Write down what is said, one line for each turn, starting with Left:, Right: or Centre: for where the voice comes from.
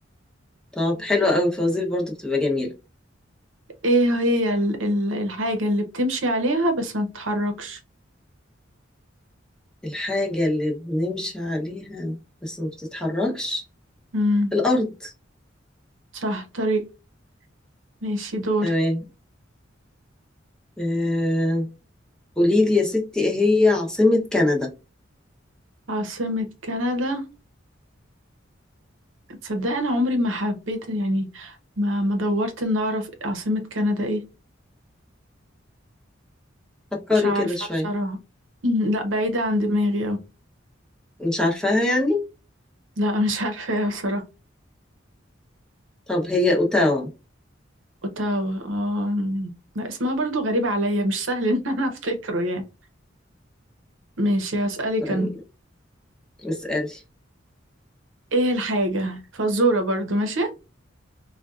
Centre: طب حلوة قوي الفوازير برضو بتبقى جميلة
Right: ايه هي ال ال الحاجة اللي بتمشي عليها بس ما بتتحركش
Centre: الحاجة اللي بنمشي عليها بس ما بتتحركش
Right: امم
Centre: الأرض
Right: صح طريق ماشي دور
Centre: تمام آه... قولي لي يا ستي ايه هي عاصمة كندا
Right: عاصمة كندا تصدق انا عمري ما حبيت يعني ما ما دورت ان اعرف عاصمة كندا ايه
Centre: فكري
Right: مش عارفة
Centre: كده شوية
Right: بصراحة أمم، لا بعيدة عن دماغي اوي
Centre: مش عارفاها يعني
Right: لا مش <laughs> عارفة بصراحة
Centre: طب هي أوتاوا
Right: اوتاوا اه أمم. لا اسمها برضو غريب عليا مش سهل ان انا افتكره يعني ماشي هسألك
Centre: طيب
Right: انا
Centre: اسألي
Right: ايه الحاجة فزورة برضو ماشي